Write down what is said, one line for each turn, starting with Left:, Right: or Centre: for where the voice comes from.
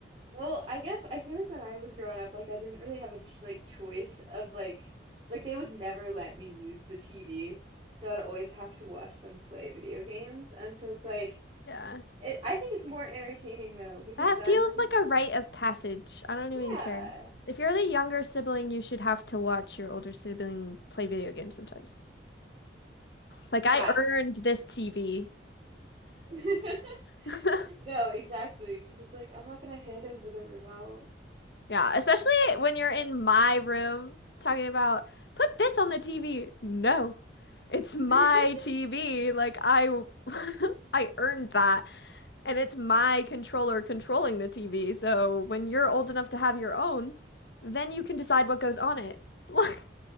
Right: Well, I guess I feel like when I was growing up, like I didn't really have a ch like choice of like like they would never let me use the TV, so I'd always have to watch them play video games, and so it's like
Left: yeah.
Right: it, I think it's more entertaining though because
Left: That
Right: then
Left: feels like a rite of passage. I don't even
Right: yeah.
Left: care. If you're the younger sibling, you should have to watch your older sibling play video games sometimes. Like,
Right: Yeah.
Left: I earned this TV.
Right: <laughs>
Left: <laughs>
Right: No, exactly. Because it's like, I'm not going to hand over the remote.
Left: Yeah, especially when you're in my room talking about put this on the TV. No, it's
Right: <laughs>
Left: my
Right: I
Left: TV. Like I <laughs> I earned that and it's my controller controlling the TV. So when you're old enough to have your own, then you can decide what goes on it. <laughs> Like